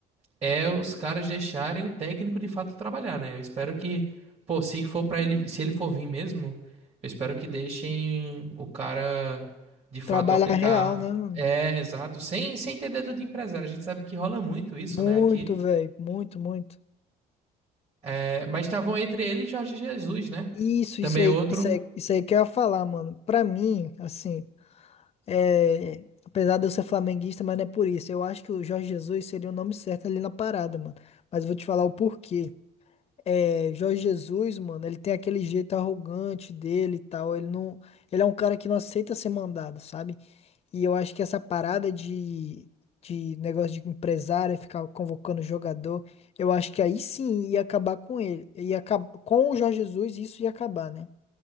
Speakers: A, on the right; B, on the left.
A: é os caras deixarem o técnico de fato trabalhar, né? Eu espero que, pô, se for para ele, se ele for vir mesmo, eu espero que deixem o cara de fato
B: Trabalhar
A: aplicar.
B: real, né, mano?
A: É, exato, sem, sem ter dedo de empresário. A gente sabe que rola muito isso,
B: Muito,
A: né, aqui.
B: velho, muito, muito.
A: É, mas estavam entre ele e Jorge Jesus, né?
B: Isso,
A: Que também
B: isso aí,
A: é outro.
B: isso aí, isso aí que eu ia falar, mano. Pra mim, assim, é, apesar de eu ser flamenguista, mas não é por isso. Eu acho que o Jorge Jesus seria o nome certo ali na parada, mano. Mas eu vou te falar o porquê. É, Jorge Jesus, mano, ele tem aquele jeito arrogante dele e tal. Ele não, ele é um cara que não aceita ser mandado, sabe? E eu acho que essa parada de, de negócio de empresário, ficar convocando jogador, eu acho que aí sim ia acabar com ele. Ia acab- com o Jorge Jesus, isso ia acabar, né?